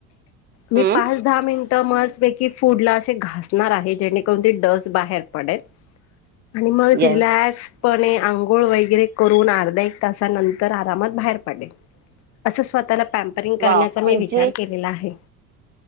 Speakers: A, on the left; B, on the right.
A: मी
B: हम्म
A: पाच दहा मिनट म फूड ला असे घासणार आहे, जेणेकरून ती डस बाहेर पडेल. आणि मग
B: येस
A: रिलॅक्सपणे आंघोळ वगैरे करून अर्ध एक तासानंतर आरामात बाहेर पडे अस स्वतः पॅम्परिंग करण्याचा
B: वाव
A: मी
B: म्हणजे
A: विचार केलेला आहे.